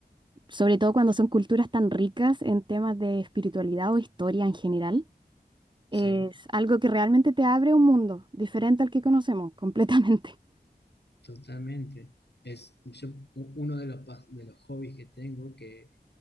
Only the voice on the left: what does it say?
sí,
totalmente. Es yo, u- uno de los, pas- de los hobbies que tengo, que